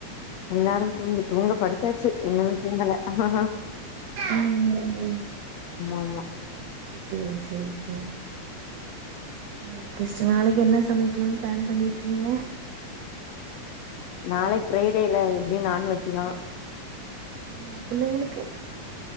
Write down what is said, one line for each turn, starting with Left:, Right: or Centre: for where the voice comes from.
Left: எல்லாரு தூங்கி தூங்க படுத் தாச்சு இன்னனு தூங்கல ஆமா
Right: ம்
Left: ஆமா
Right: இவ்ள சேரி சேரி ஓகே ஸ் நாளக்கி என்ன சமைக்கிலான் ப்ளான் பண்ணிர்க்கீங்க
Left: நாளக் ஃப்ரை டே ல எப்டியு நான்வெஜ்ஜி தா
Right: அ புள்ளைங்களுக்கு